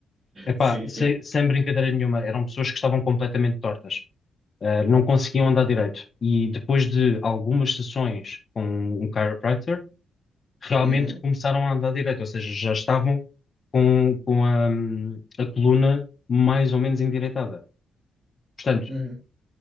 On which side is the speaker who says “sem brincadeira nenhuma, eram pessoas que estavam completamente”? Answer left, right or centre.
Left